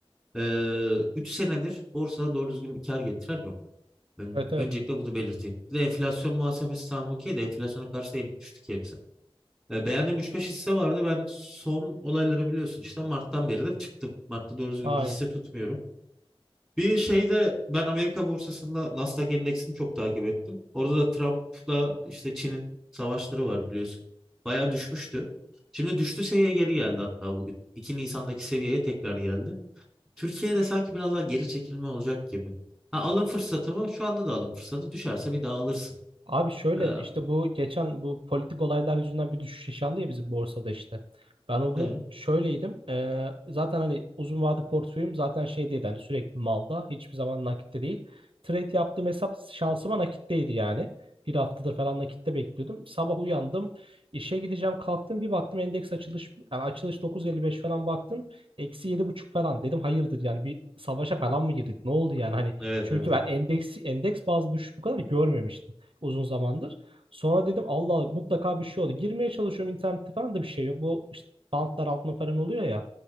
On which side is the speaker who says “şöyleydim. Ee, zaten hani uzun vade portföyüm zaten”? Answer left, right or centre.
Right